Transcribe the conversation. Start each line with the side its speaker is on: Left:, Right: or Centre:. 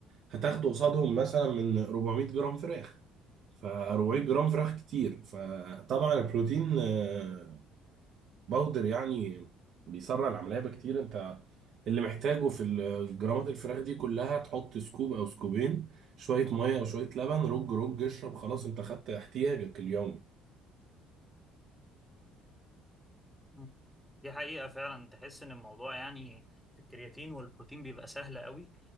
Right: هتاخده قصادهم مثلا من 400 جرام فراخ ف 400 جرام فراخ كتير فطبعا البروتين آه، باودر يعني بيسرع العملية بكتير انت اللي محتاجه في ال- جرامات الفراخ دي كلها تحط سكوب او سكوبين شوية مية او شوية لبن رج رج اشرب خلاص انت خدت احتياجك اليومي
Centre: مم. دي حقيقة فعلا تحس ان الموضوع يعني في الكرياتين والبروتين بيبقى سهل قوي